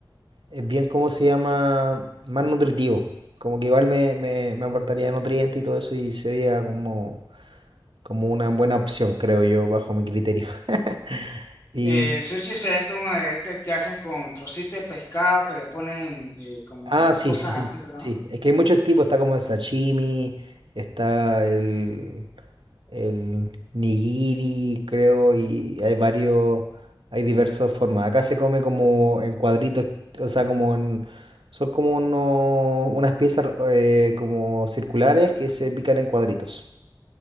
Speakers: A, on the right (about 75°); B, on the left (about 40°).
A: es bien, ¿cómo se llama? Más nutritivo. Como que igual me, me, me aportaría nutrientes y todo eso y sería como, como una buena opción, creo yo, bajo mi criterio. <laughs> Y,
B: El sushi se ve como el que que hacen con trocitos de pescado que le ponen eh, como
A: Ah, sí,
B: cosas
A: sí, sí,
B: adentro,
A: sí.
B: ¿no?
A: Es que hay muchos tipos, está como el sashimi, está el, el nigiri, creo, y hay varios, hay diversas formas. Acá se come como en cuadritos, o sea, como en, son como uno- unas piezas eh, como circulares que se pican en cuadritos.